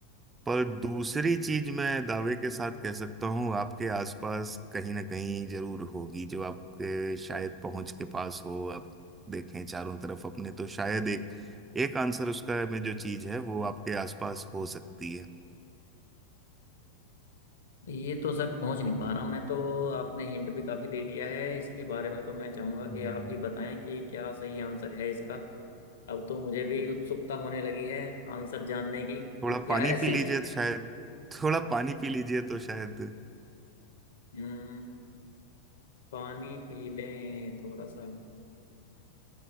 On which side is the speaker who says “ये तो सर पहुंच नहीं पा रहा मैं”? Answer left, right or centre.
Left